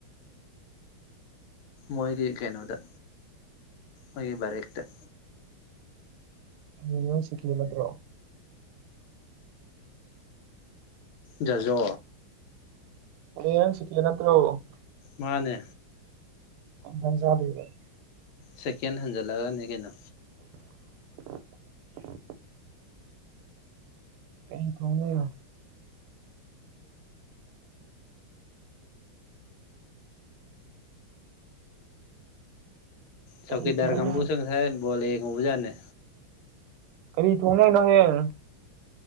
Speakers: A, on the left (about 80°); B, on the right (about 90°).
A: ꯃꯣꯏꯒꯤ ꯀꯩꯅꯣꯗ ꯃꯣꯏꯒꯤ ꯕꯥꯔꯦꯛꯇ꯫
B: <inaudible> ꯁꯤꯀꯤ ꯅꯠꯇ꯭ꯔꯣ꯫
A: ꯖꯥꯖꯣ꯫
B: <unintelligible> ꯁꯦꯀꯦꯟ ꯅꯠꯇ꯭ꯔꯣ꯫
A: ꯃꯥꯅꯦ꯫
B: <unintelligible>
A: ꯁꯦꯀꯦꯟ ꯍꯟꯖꯜꯂꯛꯒꯅꯦ ꯀꯩꯅꯣ꯫
B: <unintelligible> ꯀꯩ ꯊꯣꯡꯗꫭꯏꯅꫭ꯫
A: ꯆꯧꯀꯤꯗꯥꯔꯀꯥꯡꯕꯨꯁꯨ
B: ꯀꯔꯤ ꯊꯣꯡꯗꯣꯏꯅꯣ
A: ꯉꯥꯁꯏ ꯕꯣꯜ ꯌꯦꯡꯎꯕꯖꯥꯠꯅꯤ꯫
B: ꯀꯔꯤ ꯊꯣꯡꯅꯉꯥꯏꯅꫭ ꯍꯌꯦꯡ꯫